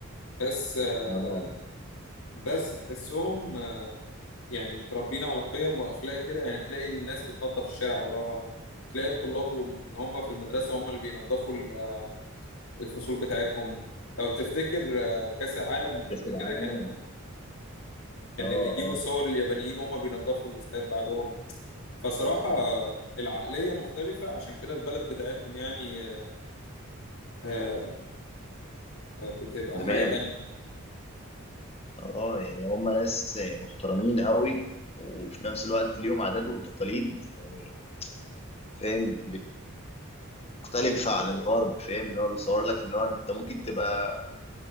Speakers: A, on the left; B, on the left.
A: بس آه،
B: اه
A: بس تحسهم آه، يعني متربيين على قيم واخلاق كده يعني تلاقي الناس بتنظف الشارع وراها تلاقي الطلاب من هم في المدرسه هم اللي بينظفوا ال- الفصول بتاعتهم لو تفتكر آه، كاس العالم قبل
B: كأس العالم
A: كده كان كان
B: اه
A: بيجيبوا
B: اه
A: صور اليابانيين وهم بينظفوا الاستاد بعدهم فصراحه آه، العقليه مختلفه عشان كده البلد بتاعتهم يعني آه، آه، بتبقى
B: دماغ
A: حاجه تانية
B: اه يعني هم ناس محترمين قوي وفي نفس الوقت ليهم عادات وتقاليد يعني فاهم مختلفة عن الغرب فاهم اللي هو بيصور لك اللي هو انت ممكن تبقى